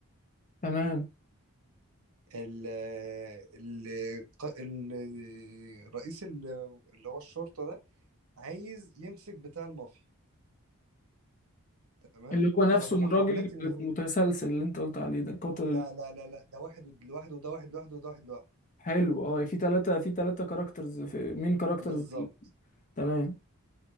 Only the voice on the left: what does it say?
تمام
اللي هو نفسه
الراجل
المتسلسل اللي انت قلت عليه ده القاتل
الحلو اه في ثلاثة في ثلاثة كاركترز في مين كاركترز
تمام